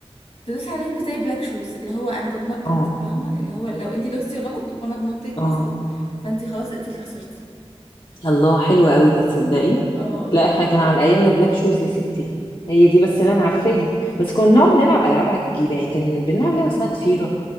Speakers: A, on the left (about 70°); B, on the left (about 50°).
A: تدوس على رجله زي بلاك شوز اللي هو انا بتنطط
B: اه
A: فاهمه اللي هو لو انت دوستي غلط وانا اتنطيت
B: اه
A: مثلا فانت خلاص انت اللي خسرتي
B: الله حلوة قوي دي تصدقي
A: اه آه.
B: لا احنا كان على ايامنا بلاك شوز يا ستي هي دي بس اللي انا عارفاها بس كنا نقعد نلعب العاب عجيبه يعني كان بنلعب لعبه اسمها ضفيره